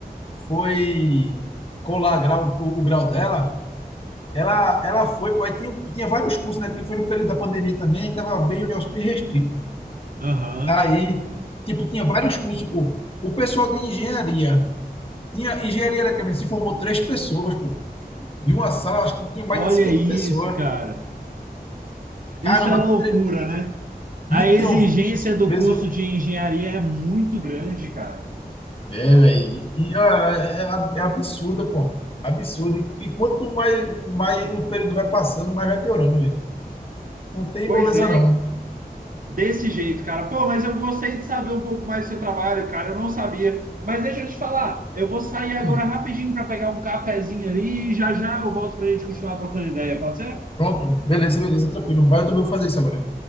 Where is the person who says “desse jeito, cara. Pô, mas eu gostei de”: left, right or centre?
Right